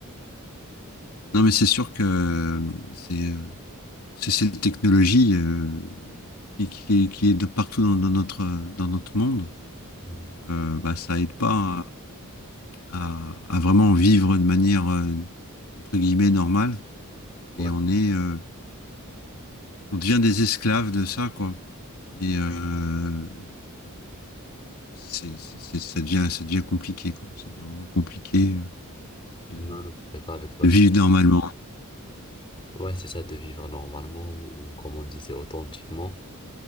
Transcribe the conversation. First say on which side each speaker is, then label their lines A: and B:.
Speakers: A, on the left; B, on the left.
A: non, mais c'est sûr que euh, c'est, euh, c'est cette technologie euh, qui, qui, qui est de partout dans, dans notre, dans notre monde.
B: Mm.
A: Euh, bah, ça aide pas à, à- à vraiment vivre de manière euh, entre guillemets normale.
B: Ouais.
A: Et on est, euh, on devient des esclaves de ça, quoi. Et euh, c'est, c'est- c'est- ça devient, ça devient compliqué, quoi. C'est vraiment compliqué euh, de,
B: Non, non, je suis d'accord avec toi.
A: de vivre
B: je trouve.
A: normalement.
B: Ouais, c'est ça de vivre normalement ou, ou comme on disait authentiquement.